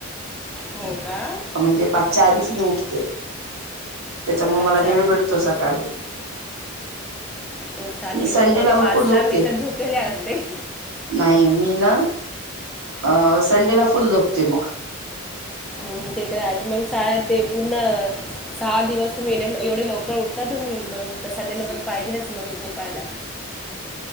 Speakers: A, in the centre; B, on the right.
A: हो का
B: म्हणजे पाचच्या आधीच
A: खूप
B: मी उठते. त्याच्यामुळ
A: अच्छा
B: मला वेळ भेटतो. सकाळी
A: खूप छान मी
B: संडेला
A: तर पावणे
B: भरपूर
A: पाच
B: झोपते
A: ला मी तर झोपलेले असते.
B: नाही मी ना अ संडेला फुल झोपते मग.
A: हम्म ते तर आहेच मग शाळा ते पूर्ण सहा दिवस तुम्ही लय एवढे लवकर उठता. तुम्ही मग तसा त्यालापण पाहिजेलच मग झोपायला.